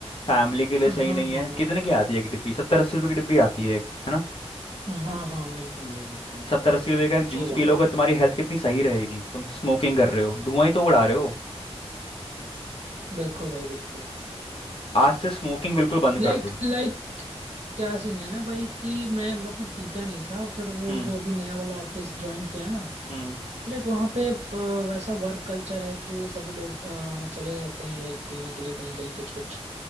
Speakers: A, on the left; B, on the right.
A: फैमिली के लिए
B: हाँ
A: सही नहीं
B: हाँ
A: है कितने की आती है एक डिब्बी सत्तर अस्सी रुपए की डिब्बी आती है एक, है ना
B: हाँ हाँ हाँ बिल्कुल भाई बिल्कुल
A: सत्तर अस्सी रुपए का एक जूस
B: सही बोल
A: पी लोगे
B: रहे हो
A: तुम्हारी हेल्थ कितनी सही रहेगी तुम स्मोकिंग कर रहे हो धुआं ही तो उड़ा रहे हो
B: बिल्कुल भाई बिल्कुल
A: आज से स्मोकिंग बिल्कुल बंद
B: लाइक
A: कर दो
B: लाइक क्या सीन है ना भाई कि मैं मतलब पीता नहीं था फिर वो
A: हम्म
B: जो अभी नया वाला ऑफिस ज्वाइन किया ना
A: हम्म
B: लाइक वहाँ पे प, वैसा वर्क कल्चर है कि सभी लोग अ, चले जाते हैं लाइक पीने के लिए कहीं कहीं कुछ कुछ